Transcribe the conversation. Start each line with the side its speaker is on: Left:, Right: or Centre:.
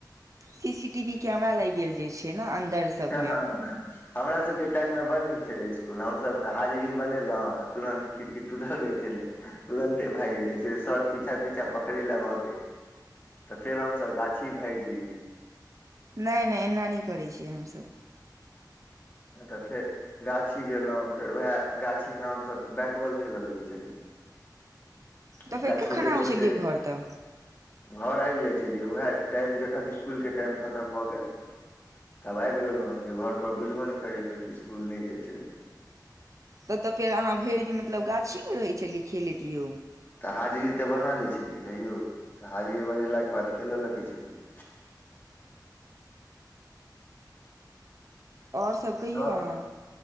Right: C C T V camera लागि गेल जे छै न अन्दर सभमे
Left: तें हँ हमरा सब के टाइम मे बड नीक छलै इस्कूल हमसब क हाजिरी बनेलौं आ तुरंत खिड़की टूटल रहै छलै तुरन्ते भागि जाइ छैय सर पीछा पीछा पकड़ै लए भगै तऽ फेर हमसब गाछी भागि जइयै
Right: नै नै एना नै करै छियै हमसब
Left: ए तऽ फेर राछी गेलौं फेर उएह गाछीमे हमसब बैट बॉल खेल लगै छलियै
Right: तऽ
Left: एकटा
Right: फेर कखन
Left: छोटे
Right: आबै
Left: छोटे
Right: छलियै घर तऽ
Left: घर आबि जाइ छलियै उएह टाइम जखन इस्कुल के टाइम खतम भऽ गेल तब आबि गेलौं जे घरपर बुझबो नै करै कोइ कि इस्कुल नै गेल छलै
Right: तबतऽ फेर अहाँ भरि दिन मतलब गाछी मे रहै छलियै खेलैत यौ
Left: तऽ हाजरी तऽ बना लै छलियै ने यौ तऽ हाजरी बनेलाके बाद खेलऽ लगै छलियै
Right: आओर सब कहियौ
Left: तब
Right: अहाँ